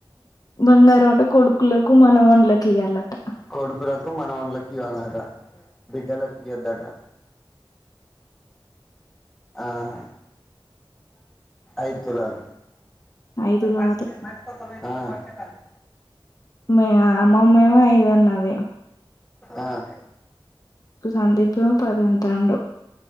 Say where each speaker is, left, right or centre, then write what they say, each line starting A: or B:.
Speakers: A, on the left; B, in the centre.
A: బంగారం అట కొడుకులకు మనవన్లకి ఇయ్యాలట
B: కొడుకులకు మనవాళ్లంకు ఇవ్వాలం బిడ్డలకి ఇయ్యోద్దటా ఆహ్ ఐదు తులాలు. ఆహ్
A: ఐదు కాదు మీ అమ్మమ్మ ఏమో ఐదన్నది.
B: ఆహ్
A: ఇప్పుడు సందీప్ ఏమో పది అంటాండు.